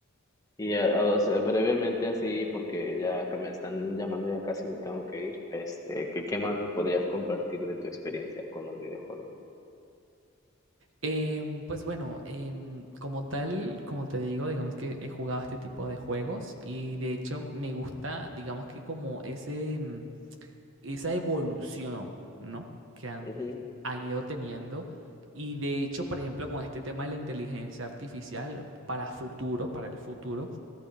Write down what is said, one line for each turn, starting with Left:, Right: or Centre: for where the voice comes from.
Left: Y ah, ah, o sea, brevemente así, porque ya que me están llamando, ya casi me tengo que ir. Este, ¿qué, qué más podrías compartir de tu experiencia con los videojuegos?
Right: Em, pues bueno, em, como tal, como te digo, digamos que he jugado este tipo de juegos y de hecho me gusta, digamos que como ese, em, esa evolución, ¿no? Que han,
Left: Ujú,
Right: han ido teniendo. Y de hecho, por ejemplo, con este tema de la inteligencia artificial, para futuro, para el futuro,